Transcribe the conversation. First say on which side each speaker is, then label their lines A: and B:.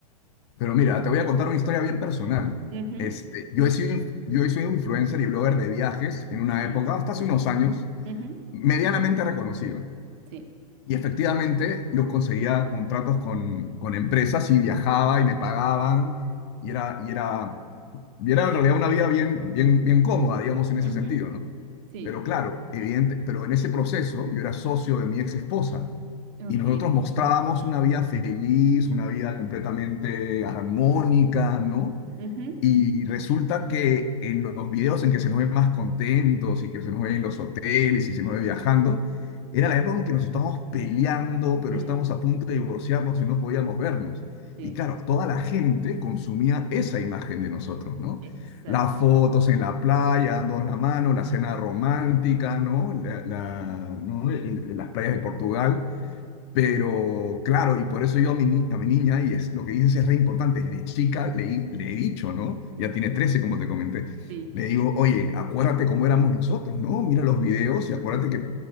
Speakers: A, on the left (about 45°); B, on the right (about 45°).
A: Pero mira, te voy a contar una historia bien personal.
B: Ujú,
A: Este, yo he sido, inf- yo soy un influencer y blogger de viajes en una
B: sí,
A: época, hasta hace unos años,
B: ujú,
A: medianamente reconocido.
B: sí,
A: Y efectivamente yo conseguía contratos con, con empresas y viajaba y me pagaban y era, y era, y era en realidad una vida bien, bien, bien cómoda, digamos, en ese
B: ujú,
A: sentido, ¿no?
B: sí,
A: Pero claro, evidente, pero en ese proceso yo era socio de mi ex esposa
B: ok,
A: y nosotros mostrábamos una vida feliz, una vida completamente armónica, ¿no?
B: ujú,
A: Y resulta que en los videos en que se nos ve más contentos y que se nos ve en los hoteles y se nos ve viajando, era la época en que nos estábamos peleando, pero
B: mm,
A: estábamos a punto de divorciarnos y no podíamos vernos.
B: sí,
A: Y claro, toda la gente consumía esa imagen de nosotros, ¿no?
B: exacto,
A: Las fotos en la playa, dando la mano, la cena romántica, ¿no? La- la-
B: ujú,
A: ¿no? El- el- las playas de Portugal. Pero claro, y por eso yo a mi, ni- a mi niña, y es lo que dices es re importante, desde chica le, he- le he dicho, ¿no?
B: ujú,
A: Ya tiene trece como te comenté.
B: sí.
A: Le digo, oye, acuérdate cómo éramos nosotros, ¿no? Mira los videos y acuérdate que,